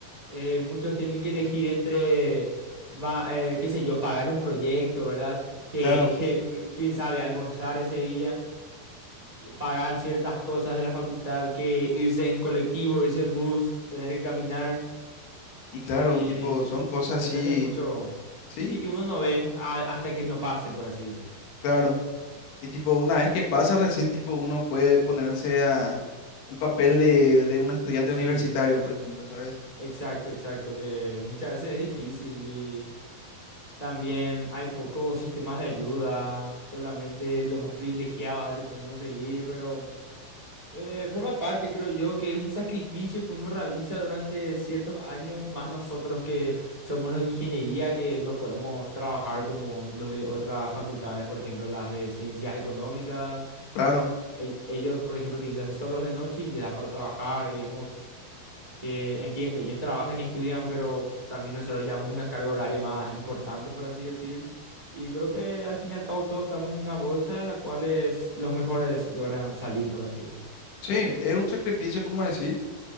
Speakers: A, on the right; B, on the left.
A: eh, muchos tienen que elegir entre, va, eh, qué sé yo, pagar un proyecto, ¿verdad? Que,
B: Claro,
A: que, mm, quién sabe, almorzar ese día que pagar ciertas cosas de la facultad, que irse en colectivo, irse en bus, tener que caminar
B: y claro,
A: y
B: tipo, son cosas
A: depende
B: así,
A: mucho.
B: sí,
A: Sí, que uno no ve a- hasta que no pase, por así decir.
B: claro. Y tipo, una vez que pasa recién, tipo, uno puede ponerse a, al papel de, de un estudiante
A: Sí,
B: universitario, por ejemplo, ¿sabes?
A: exacto, exacto, que muchas veces es difícil y también hay pocos sistemas de ayuda, solamente los más privilegiados a veces pueden conseguir, pero Eh, forma parte, creo yo, que es un sacrificio que uno realiza durante ciertos años, más nosotros que somos los de ingeniería, que no podemos trabajar como los de otras facultades, por ejemplo, las de ciencias económicas.
B: Claro,
A: E- Ellos, por ejemplo, tienen clases solos de noche y les da para trabajar, digamos, que entiendo, ellos trabajan y estudian, pero también nosotros llevamos una carga horaria más importante, por así decir. Y creo que al fin y al cabo todos estamos en una bolsa en la cual es- los mejores logran salir, por así decir.
B: sí, es un sacrificio, como decís,